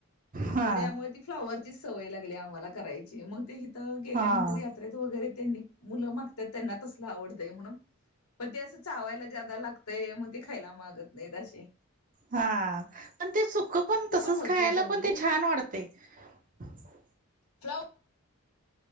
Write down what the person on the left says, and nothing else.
मग त्यामुळे ती फ्लाॉवरचीच सवय लागली आम्हाला करायची, मग ते ही त गेल्यानंतर
यात्रेत वगैरे त्यांनी मुलं मागतात त्यांना तसलं आवडतंय म्हणून. पण ते असं चावायला ज्यादा लागतंय मग ते खायला मागत नाहीत अशे.
होती
चांगली
फ्लाव